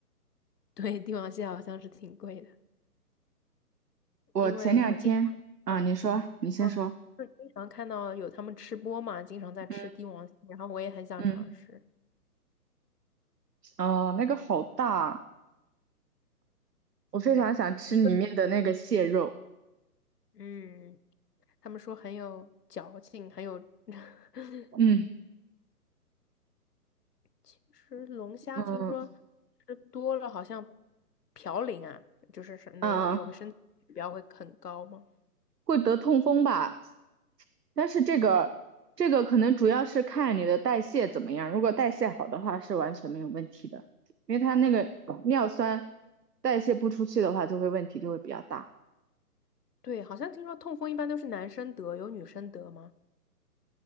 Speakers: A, on the left; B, on the right.
A: 对，帝王蟹好像是挺贵的，
B: 我前两天啊，
A: 因为我经常。嗯
B: 你说，你先说。
A: 嗯，就是经常看到有他们吃播嘛，经常在吃帝王蟹，
B: 嗯
A: 然后我也很想尝试。
B: 嗯，哦，那个好大啊，我非常想吃里面的那个蟹肉。
A: 对，一个 <laughs>，嗯，他们说很有嚼劲，很有。<laughs>
B: 嗯
A: 其实龙虾听说
B: 嗯
A: 吃多了好像嘌呤啊，就是是那有有个身体指标会很高吗？
B: 嗯，嗯会得痛风吧。但是这个这个可能主要是看你的代谢怎么样，如果代谢好的话是完全没有问题的，因为它那个尿酸代谢不出去的话，就会问题就会比较大，
A: 对，好像听说痛风一般都是男生得，有女生得吗？